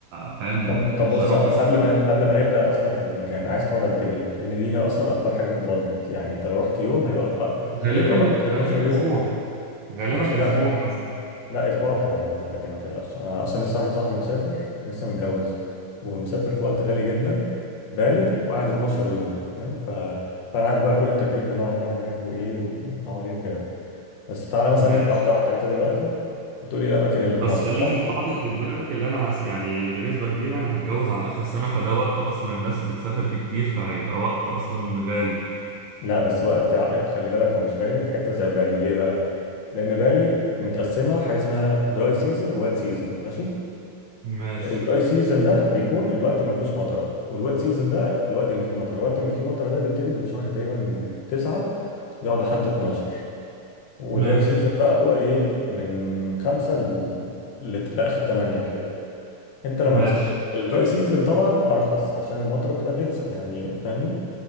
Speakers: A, on the right; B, on the left.
A: فاهم
B: طب طب
A: مش
B: بص
A: هروح
B: قبل
A: مثلا
B: قبل ما قبل ما نبدا اصلا في المكان عايز تقعد قد ايه لان دي هي اصلا اكبر حاجه في البادجت يعني انت لو رحت يوم هيبقى رق-
A: غالبا
B: غير لو رحت 12
A: غالبا
B: يوم
A: اسبوع غالبا
B: ماشي لا
A: اسبوع مثلا
B: لا اسبوع هتبقى مش غاليه ما تقلقش انا اصلا لسه واحد صاحبي مسافر لسه متجوز ومسافر في وقت غالي جدا بالي وقعد 12 يوم فاهم ف فانا عارف بقى كل التكاليف اللي هو عملها هناك وايه وعمل ايه وكده بس تعالى مثلا
A: ماشي
B: نبدا واحده واحده انت دلوقتي بتقول ايه الاماكن اللي
A: بس
B: في مصر
A: لازم تبقى حاطط في دماغك اللي انا هس... يعني بنسبه كبيره انا هتجوز على اخر السنه فده وقت اصلا الناس بتسافر فيه كتير فهيبقى وقت اصلا غالي
B: لا بس وقت ع- خلي بالك هو مش غالي في حته زي بالي ليه بقى لان بالي متقسمه حاجه اسمها دراي سيزون ووات سيزون ماشي
A: ماشي
B: الدراي سيزون ده بيكون الوقت اللي ما فيهوش مطره والوات سيزون ده الوقت اللي فيه مطره الوقت اللي فيه مطره ده بيبتدي من شهر تقريبا 9 يقعد لحد 12 ودراي
A: ماشي
B: سيزون بقى هو ايه من 5 ل... لت- لاخر 8 كده انت لما
A: ماشي
B: تس... الدراي سيزون طبعا ارخص عشان المطره بتبقى غلسه يعني فاهمني